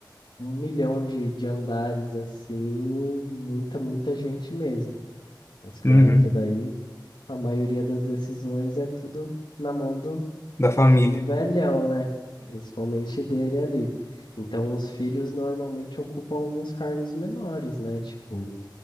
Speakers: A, on the left; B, on the left.
A: um milhão de, de andares assim, e muita, muita gente mesmo. Mas claro
B: uhum,
A: que daí a maioria das decisões é tudo na mão do,
B: da família.
A: do velhão, né? Principalmente dele ali. Então os filhos normalmente ocupam alguns cargos menores, né? Tipo,